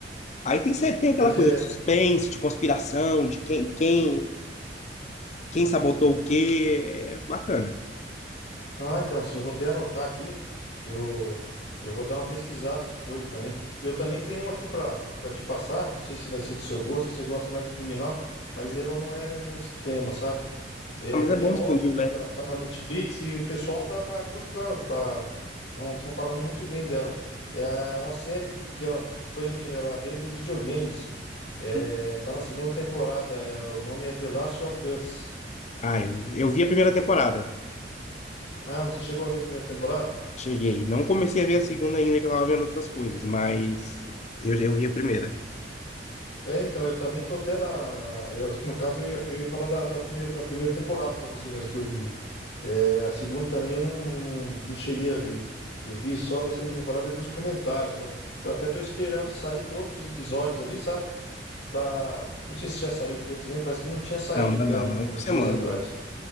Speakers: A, on the left (about 40°); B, on the left (about 80°).
A: Aí tem, sempre- tem aquela
B: Mas
A: coisa
B: é,
A: de suspense, de conspiração, de quem, quem, quem sabotou o quê. É bacana.
B: Ah, então, sim, eu vou até anotar aqui. Eu, eu vou dar uma pesquisada depois também. E eu também tenho um aqui para para te passar. Não sei se vai ser do seu gosto, se você gosta mais de criminal, mas ela não é ne- nesse tema, sabe? É,
A: Ah, mas é
B: e
A: bom
B: é nova
A: expandir
B: ainda,
A: o leque.
B: ela tá na Netflix e o pessoal tá, tá gostando, tá, tão, tão falando muito bem dela. É uma série que, que ela foi, ambi- ela veio dos videogames. É,
A: Hum.
B: tá na segunda temporada. é, o nome é The Last of Us.
A: Ah, eu, eu vi a primeira temporada.
B: Ah, você chegou a ver a primeira temporada?
A: Cheguei. Não comecei a ver a segunda ainda, que eu tava vendo outras coisas, mas eu, eu vi a primeira.
B: É, então, eu também tô até na, na- eu- no caso, eu ia, eu ia falar da, da primeira, da primeira temporada pra você mesmo que eu vi. É, a segunda também eu não, não, não cheguei a ver. Eu vi só da segunda temporada, eu vi os comentários só. Eu até tô esperando sair todos os episódios ali, sabe? Pra, não sei se já saiu todos também, parece que não tinha saído
A: Não, ainda
B: até
A: não.
B: uns,
A: É um
B: uns
A: por semana,
B: dias atrás.
A: viu? <laughs>